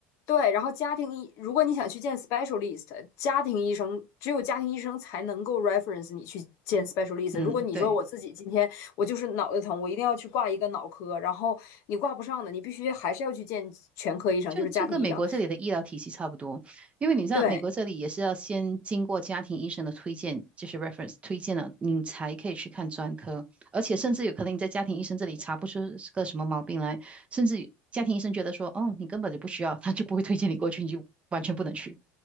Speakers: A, on the left; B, on the right.
A: 对，然后家庭医，如果你想去见 specialist，家庭医生只有家庭医生才能够 reference 你去见 specialist。
B: 嗯，
A: 如果你说我自己今天我就是脑袋疼，
B: 对。
A: 我一定要去挂一个脑科，然后你挂不上的，你必须还是要去见全科医生，
B: 就就跟美国这里的医疗体系差不多，
A: 就是家庭医生。
B: 因为你知道美国这里也是要先经过家庭医生的推荐，
A: 对，
B: 就是 reference 推荐了，你才可以去看专科，而且甚至有可能你在家庭医生这里查不出是个什么毛病来，甚至家庭医生觉得说，哦，你根本就不需要，他就不会推荐你过去，你就完全不能去。